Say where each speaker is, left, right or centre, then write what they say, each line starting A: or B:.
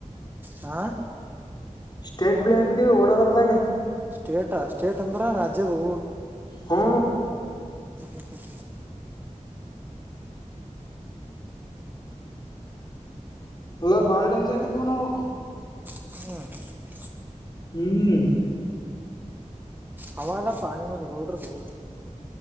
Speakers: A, on the right (about 15°); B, on the left (about 35°).
A: ಹಾ
B: ಸ್ಟೇಟ್ ಪ್ಲೇರ್ ಇದೀ ಓಡೋದ್ರದಾಗ
A: ಸ್ಟೇಟಾ ಸ್ಟೇಟ್ ಅಂದ್ರ ರಾಜ್ಯದು
B: ಹಾ
A: ಹ ಹ
B: ಅಲ್ಲ ಬಾಳ್ ಡೆೇಂಜರ್ ಇದುು ನವು
A: ಹ್ಮ
B: ಹ್ಮ್
A: ಹವದಪ್ಪಾನಿ ಮ ಗೌಡ್ರ ಬು